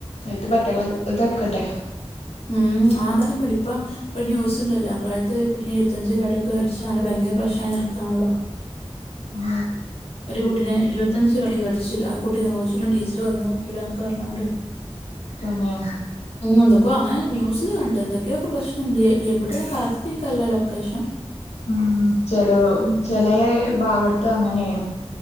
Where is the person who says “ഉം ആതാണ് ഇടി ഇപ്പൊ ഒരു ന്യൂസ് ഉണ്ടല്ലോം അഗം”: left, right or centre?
Left